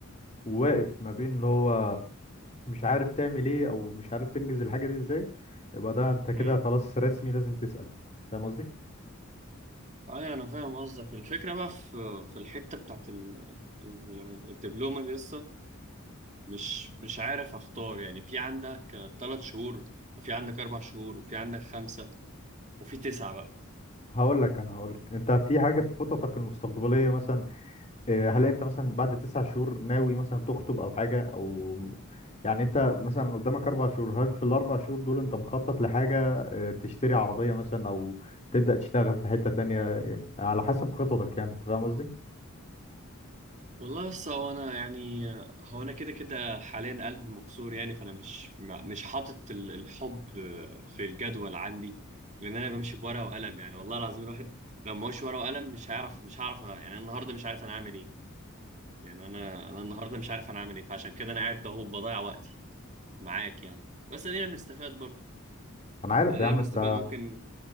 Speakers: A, on the left; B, on the right.
A: وواقف ما بين اللي هو مش عارف تعمل ايه او مش عارف تنجز الحاجه دي ازاي يبقى ده انت
B: مم.
A: كده خلاص رسمي لازم تسال فاهم قصدي
B: ايوه انا فاهم قصدك الفكره بقى في في الحته بتاعت ال- ال- الدبلومه دي لسه مش مش عارف اختار يعني في عندك ثلاث شهور وفي عندك اربع شهور وفي عندك خمسه وفي تسعه بقى
A: هقول لك انا هقول لك انت في حاجه في خططك المستقبليه مثلا آه، هل انت مثلا بعد تسع شهور ناوي مثلا تخطب او حاجه او يعني انت مثلا قدامك اربع شهور هل في الاربع شهور دول انت مخطط لحاجه آه، تشتري عربيه مثلا او تبدا تشتغل في حته تانية يعني على حسب خططك يعني انت فاهم قصدي
B: والله لسه هو انا يعني هو انا كده كده حاليا قلبي مكسور يعني فانا مش ما- مش حاطط ال- الحب في الجدول عندي لان انا بمشي بورقه وقلم يعني والله العظيم الواحد لو ما هوش ورقه وقلم مش هيعرف مش هعرف يعني أنا النهارده مش عارف انا هعمل ايه يعني انا انا النهارده مش عارف انا اعمل ايه فعشان كده انا قاعد اهو بضيع وقتي معاك يعني بس ادينا بنستفاد برضه
A: انا عارف
B: ادينا
A: يا عم
B: بنستفاد
A: انت
B: ممكن